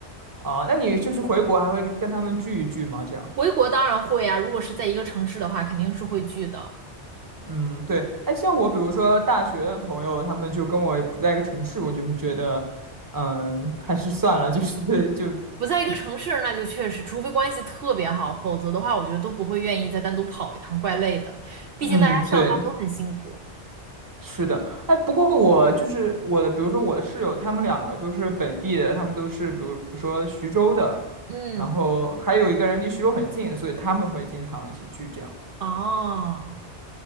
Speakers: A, on the right (about 20°); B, on the right (about 60°).
A: 啊，那你就是回国还会跟他们聚一聚吗？这样，
B: 回国当然会啊，如果是在一个城市的话，肯定是会聚的。
A: 嗯，对。哎，像我比如说大学的朋友，他们就跟我不在一个城市，我就会觉得，嗯，还是算了，就是 <laughs> 就，
B: 不在一个城市，那就确实，除非关系特别好，否则的话，我觉得都不会愿意再单独跑一趟，怪累的。毕竟大家上班都很辛苦。
A: 嗯，对，是的。哎，不过我就是我的，比如说我的室友，他们两个都是本地的，他们都是比如说徐州的，
B: 嗯，
A: 然后还有一个人离徐州很近，所以他们会经常一起聚这样。
B: 哦，